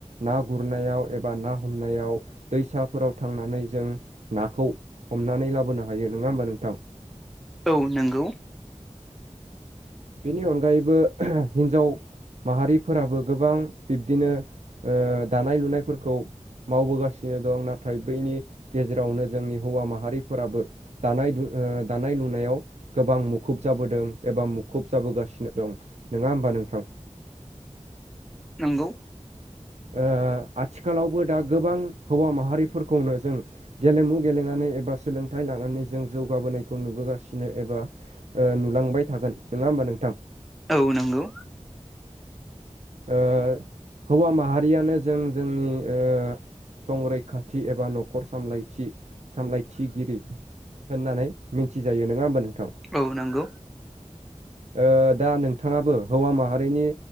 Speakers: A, on the right (about 65°); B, in the centre.
A: ना गुरनायाव एबा ना हमनायाव दैसाफोराव थांनानै जों नाखौ हमनानै लाबोनो हायो नङा होमबा नोंथां
B: औ नंगौ
A: बेनि अनगायैबो <unintelligible> हिनजाव माहारिफोराबो गोबां बिब्दिनो दानाय लुनायफोरखौ मावबोगासिनो दं नाथाय बैनि गेजेरावनो जोंनि हौवा माहारिफोराबो दानाय ओ दानाय लुनायाव गोबां मुखुब जाबोदों एबा मु खुब जाबोगासिनो दं नोङा होमबा नोंथां?
B: नोंगौ।
A: ओ आथिखालावबो दा गोबां हौवा माहारिफोरखौनो जों गेलेमु गेलेनानै एबा सोलोंथाइ लानानै जों जौगाबोनायखौ नुबोगासिनो एबा ओ नुलांबाय थागोन नोंङा होमबा नोंथां?
B: औ नोंगौ।
A: ओ हौवा माहारियानो जों जोंनि ओ संरैखाथि एबा न'खर सामलायथि सामलायथिगिरि होननानै मिथिजायो नोङा होमबा नोंथां?
B: औ नोंगौ।
A: ओ दा नोंथाङाबो हौवा माहारिनि